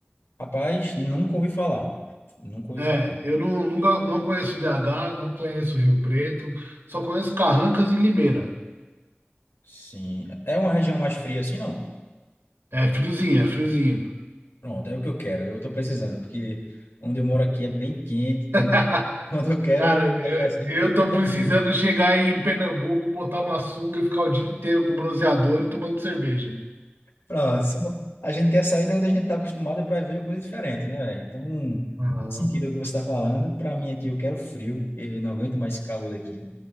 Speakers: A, on the left; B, on the right.
A: Rapaz, nunca ouvi falar. Nunca ouvi
B: É,
A: falar.
B: eu não, nunca, não conheço BH, não conheço Rio Preto, só conheço Carrancas e Limeira.
A: Sim. É uma região mais fria assim, não?
B: É friozinho, é friozinho.
A: Pronto, é o que eu quero. Eu estou precisando, porque onde eu moro aqui é bem quente, então
B: <laughs>
A: <laughs> quando eu quero
B: Cara,
A: viajar assim,
B: eu,
A: eu penso
B: eu tô
A: no
B: precisando
A: frio.
B: chegar aí em Pernambuco, botar uma sunga e ficar o dia inteiro com bronzeador e tomando cerveja.
A: Pronto, só- a gente quer sair de onde a gente está acostumado para ver uma coisa diferente, né, velho? Então,
B: Aham,
A: faz sentido o que você está falando. Para mim aqui, eu quero frio, eu não aguento mais esse calor aqui.